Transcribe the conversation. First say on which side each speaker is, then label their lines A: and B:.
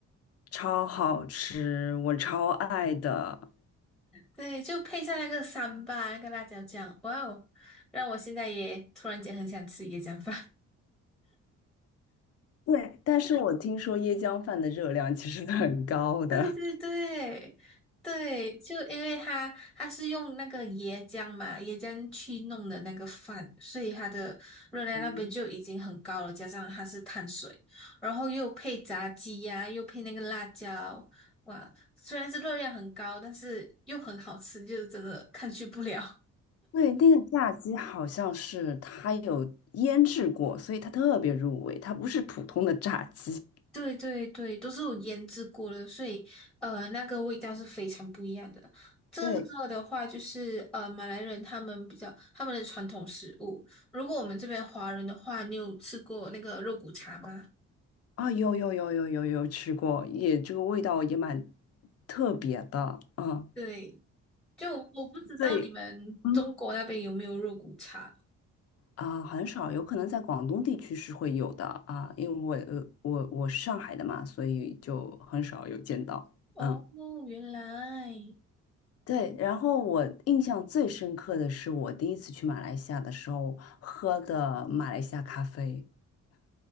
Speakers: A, on the left; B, in the centre.
A: 超好吃，我超爱的。
B: 对，就配上那个三巴那个辣椒酱，哇哦，让我现在也突然间很想吃椰浆饭。
A: 对，但是我听说椰浆饭的热量其实是很高的。
B: 对对对对，就因为它它是用那个椰浆嘛，椰浆去弄的那个饭，所以它的热量那边就已经很高了，
A: <laughs> 嗯。
B: 加上它是碳水，然后又配炸鸡呀、又配那个辣椒，哇，虽然是热量很高，但是又很好吃，就是真的抗拒不了。
A: 对，那个炸鸡好像是它有腌制过，所以它特别入味，它不是普通的炸鸡。
B: 对对对，都是有腌制过的，所以呃，那个味道是非常不一样的。
A: <laughs>
B: 这个的话，
A: 对，
B: 就是呃，马来人他们比较他们的传统食物。如果我们这边华人的话，你有吃过那个肉骨茶吗？
A: 啊、有有有有有有吃过，也这个味道也蛮特别的，嗯，
B: 对，就我我不知道你们中国那边有没有肉骨茶。
A: 对，嗯，啊、很少，有可能在广东地区是会有的啊，因为我呃我我是上海的嘛，所以就很少有见到，
B: 哦，
A: 嗯。
B: 原来，
A: 对，然后我印象最深刻的是我第一次去马来西亚的时候喝的马来西亚咖啡。